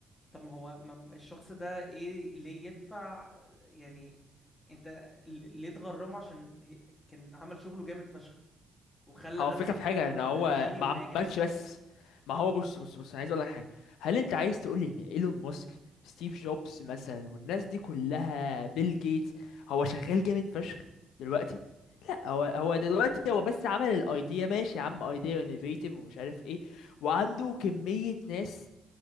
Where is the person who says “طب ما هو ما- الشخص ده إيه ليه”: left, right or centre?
Left